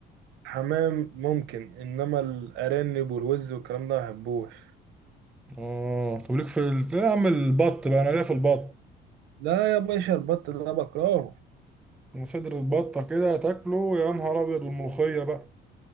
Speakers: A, on the right; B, in the centre.
A: حمام ممكن انما الارانب والوز والكلام ده ما بحبوش
B: اه طب ليك في ال... لا يا عم البط بقى انا ليا في البط
A: لا يا باشا البط ده بكرهه
B: أنا صدر البطه كده تاكله يا نهار ابيض والملوخيه بقى